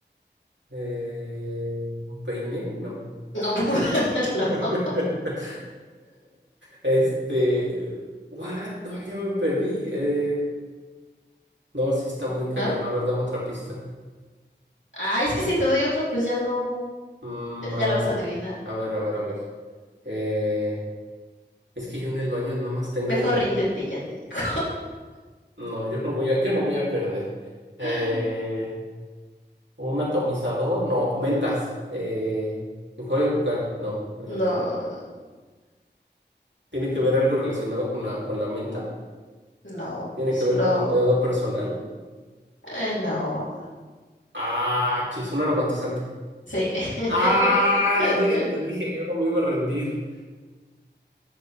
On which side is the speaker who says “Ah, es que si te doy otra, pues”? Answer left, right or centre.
Left